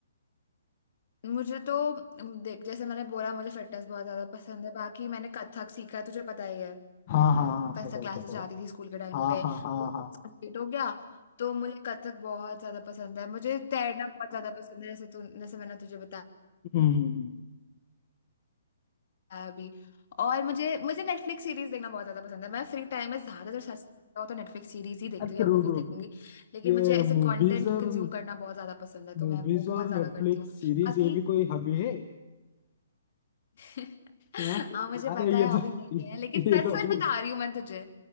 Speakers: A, on the left; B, on the left.
A: मुझे तो अम, देख जैसे मैंने बोला मुझे फिटनेस बहुत ज्यादा पसंद है बाकी मैंने कथक सीखा है तुझे पता ही है
B: हाँ हाँ हाँ
A: कथक
B: पता
A: क्लासेस
B: है पता
A: जाती
B: है
A: थी स्कूल के टाइम
B: हाँ
A: पे
B: हाँ हाँ
A: वो
B: हाँ
A: कंप्लीट हो गया तो मुझे कथक बहुत ज्यादा पसंद है मुझे तैरना बहुत ज्यादा पसंद है जैसे तू जैसे मैंने तुझे बताया
B: हम्म हम्म, हम्म।
A: अभी और मुझे मुझे नेटफ्लिक्स सीरीज देखना बहुत ज्यादा पसंद है मैं फ्री टाइम में ज्यादातर सच हो तो नेटफ्लिक्स सीरीज ही देखती
B: अच्छा
A: हूँ या मूवीज
B: रुक
A: देखूंगी
B: रुक
A: लेकिन
B: ये
A: मुझे ऐसे
B: मूवीज
A: कंटेंट
B: और
A: कंज्यूम करना बहुत ज्यादा पसंद है तो
B: मूवीज
A: मैं वो बहुत
B: और
A: ज्यादा
B: नेटफ्लिक्स
A: करती हूँ
B: सीरीज
A: बाकी
B: ये भी कोई हॉबी है
A: <laughs> हाँ
B: हाँ
A: मुझे
B: अरे
A: पता है
B: ये
A: हॉबी
B: तो
A: नहीं
B: ये,
A: है लेकिन
B: ये
A: सच
B: तो
A: सच
B: ये
A: बता रही हूँ मैं तुझे